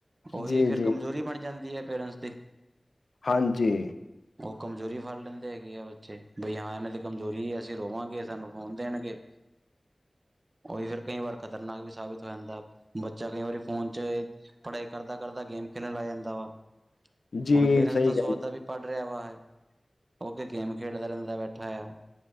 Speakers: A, on the right; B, on the left.
A: ਉਹੀ
B: ਜੀ
A: ਫਿਰ
B: ਜੀ
A: ਕਮਜ਼ੋਰੀ ਬਣ ਜਾਂਦੀ ਹੈ, ਪੇਰੈਂਟਸ ਦੀ
B: ਹਾਂਜੀ
A: ਉਹ ਕਮਜ਼ੋਰੀ ਫੜ ਲੈਂਦੇ ਹੈਗੇ ਆ ਬੱਚੇ ਬਈ ਹਾਂ ਇਹਨਾਂ ਦੀ ਕਮਜ਼ੋਰੀ ਅਸੀਂ ਰੋਵਾਂਗੇ ਸਾਨੂੰ ਫ਼ੋਨ ਦੇਣਗੇ ਉਹੀ ਫਿਰ ਕਈ ਵਾਰ ਖ਼ਤਰਨਾਕ ਵੀ ਸਾਬਿਤ ਹੋ ਜਾਂਦਾ, ਬੱਚਾ ਕਈ ਵਾਰੀ ਫੋਨ ਚ ਪੜ੍ਹਾਈ ਕਰਦਾ ਕਰਦਾ ਗੇਮ ਖੇਲਣ ਲੱਗ ਜਾਂਦਾ ਵਾ
B: ਜੀ
A: ਹੁਣ ਪੇਰੈਂਟਸ
B: ਸਹੀ
A: ਤਾਂ ਸੋਚਦਾ
B: ਕਹਿੰਦੇ
A: <unintelligible> ਗੇਮ ਖੇਡਦਾ ਰਹਿੰਦਾ ਬੈਠਾ ਆ